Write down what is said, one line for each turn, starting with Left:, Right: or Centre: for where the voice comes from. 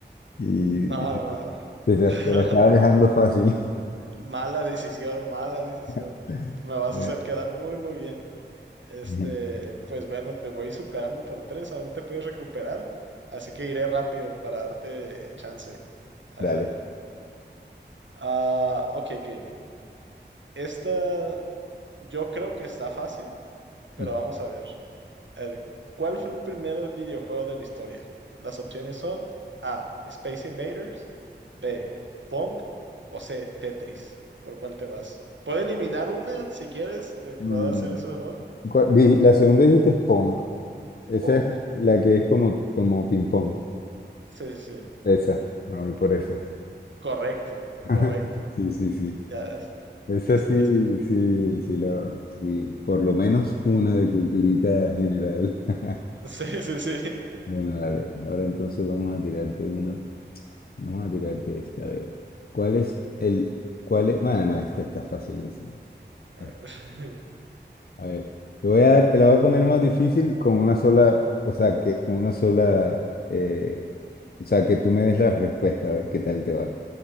Left: y
Right: No,
Left: te la, te
Right: no.
Left: la estaba
Right: <laughs>
Left: dejando fácil.
Right: Mala decisión, mala decisión.
Left: <laughs>
Right: Me vas
Left: Bien.
Right: a hacer quedar muy, muy bien. Este,
Left: Ujú.
Right: pues bueno, te voy superando por tres, aún te puedes recuperar, así que iré rápido para darte chance. A
Left: Dale.
Right: ver, a ver. Ah, ok, ok. Esta yo creo que está fácil, pero
Left: Ujú.
Right: vamos a ver. A ver, ¿cuál fue el primer videojuego de la historia? Las opciones son A, Space Invaders, B, Pong o C, Tetris. ¿Por cuál te vas? Puedo eliminar una si quieres, te
Left: Mm,
Right: puedo hacer ese favor.
Left: ¿cuál- di- La segunda dijiste es pong. Esa
Right: Pong.
Left: es la la que es como, como ping-pong.
Right: Sí, sí, sí.
Left: Esa, me voy por esa.
Right: Correcto,
Left: <laughs>
Right: correcto.
Left: Sí, sí, sí.
Right: Ya, ves,
Left: Esa
Right: ya está,
Left: sí,
Right: ya está.
Left: sí,
Right: <laughs>
Left: sí, la- sí, por lo menos una de culturita general. <laughs>
Right: Sí, sí, sí.
Left: Bueno, dale. Ahora entonces vamos a tirarte una. Vamos a tirarte esta, a ver. ¿Cuál es el, cuál es? Bueno, esta está facilísima.
Right: A
Left: Es-
Right: ver, <laughs>
Left: A ver, te voy a dar, te la voy a poner más difícil con una sola, o sea, que con una sola, eh, o sea, que tú me des la respuesta, a ver qué tal te va,